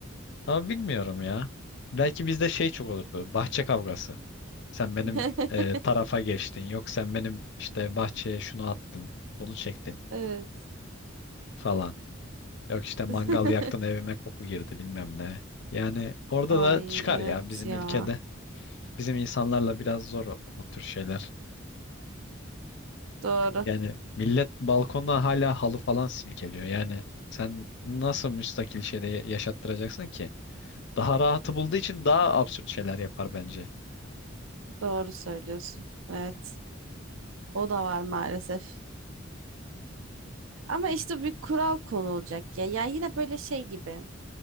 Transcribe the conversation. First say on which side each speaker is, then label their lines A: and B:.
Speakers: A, on the left; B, on the right.
A: ama bilmiyorum ya. Belki bizde şey çok olurdu. Bahçe kavgası. Sen benim
B: <laughs>
A: e, tarafa geçtin. Yok sen benim işte bahçeye şunu attın. Bunu çektin
B: Evet.
A: falan. Yok işte mangal
B: <laughs>
A: yaktın evime koku girdi bilmem ne. Yani orada
B: Ay
A: da çıkar
B: evet
A: ya bizim
B: ya.
A: ülkede. Bizim insanlarla biraz zor o, o tür şeyler.
B: Doğru.
A: Yani millet balkonda hala halı falan silkeliyor. Yani sen nasıl müstakil şeyde ya- yaşattıracaksın ki? Daha rahatı bulduğu için daha absürt şeyler yapar bence.
B: Doğru söylüyorsun. Evet. O da var maalesef. Ama işte bir kural konulacak ya. Yani yine böyle şey gibi.